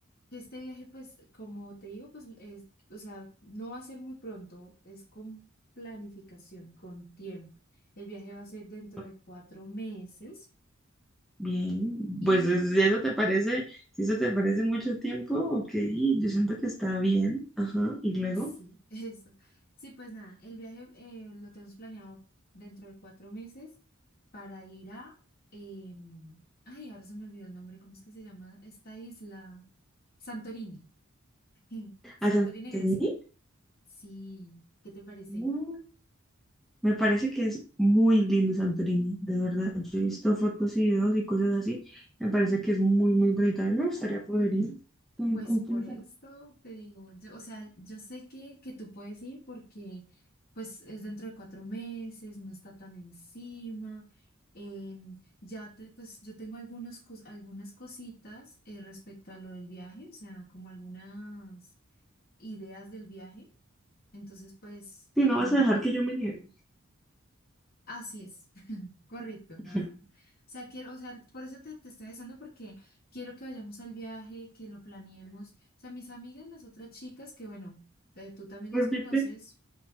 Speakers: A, on the left; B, in the centre.
A: que este viaje, pues, como te digo, pues, es, o sea, no va a ser muy pronto, es con planificación, con tiempo. El viaje va a ser dentro
B: Ok,
A: de cuatro meses
B: Bien,
A: y
B: pues es- si eso te parece, si eso te parece mucho tiempo, ok, yo siento que está bien. Ajá, y luego,
A: sí, <laughs> eso. Sí, pues nada, el viaje eh, lo tenemos planeado dentro de cuatro meses para ir a, em, ay, ahora se me olvidó el nombre, ¿cómo es que se llama esta isla? Santorini. <laughs> Santorini,
B: ¿a Santorini?
A: Grecia. Sí, ¿qué te parece?
B: Mm, Me parece que es muy lindo Santorini, de verdad. Yo he visto fotos y videos y cosas así. Me parece que es muy, muy bonita. A mí Me gustaría poder ir. ¿Con,
A: Pues
B: con
A: por
B: quién
A: esto
B: se va?
A: te digo, yo, o sea, yo sé que, que tú puedes ir porque pues es dentro de cuatro meses, no está tan encima. em, ya te, pues yo tengo algunos cos- algunas cositas eh, respecto a lo del viaje, o sea, como algunas ideas del viaje. Entonces, pues,
B: Si
A: en,
B: no vas a dejar que yo me niegue.
A: así es. Correcto.
B: <laughs>
A: ah. O sea, quiero, o sea, por eso te, te estoy besando, porque quiero que vayamos al viaje, que lo planeemos. O sea, mis amigas, las otras chicas, que bueno, eh, tú también
B: Repite,
A: las conoces.